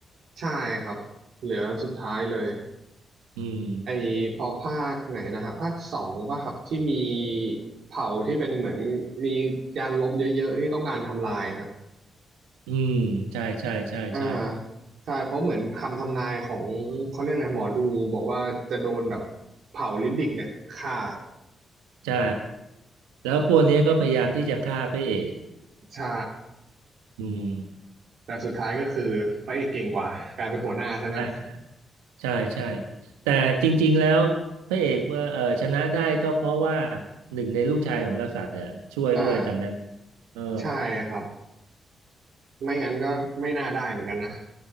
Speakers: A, on the right; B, on the right.
A: ใช่ครับเหลือสุดท้ายเลย
B: อืม
A: ไอพอภาคไหนนะฮะภาคสองป่ะครับที่มีเผ่าที่เป็นเหมือนมียานลบเยอะๆที่ต้องการทำลายฮะ
B: อืมใช่ใช่ใช่ใช่
A: อ่าใช่เพราะเหมือนคำทำนายของเขาเรียกอะไรหมอดูบอกว่าจะโดนแบบเผาลิดดิกเนี่ยฆ่า
B: ใช่แล้วพวกนี้ก็พยายามที่จะฆ่าพระเอก
A: ใช่
B: อืม
A: แต่สุดท้ายก็คือพระเอกเก่งกว่ากลายเป็นหัวหน้าซะงั้น
B: ใช่ใช่ใช่แต่จริงๆแล้วพระเอกว่าเออชนะได้ก็เพราะว่าหนึ่งในลูกชายของกษัตริย์เนี่ยช่วยด้วยจำได้ไหม
A: อ่า
B: เออ
A: ใช่ครับไม่งั้นก็ไม่น่าได้เหมือนกันนะ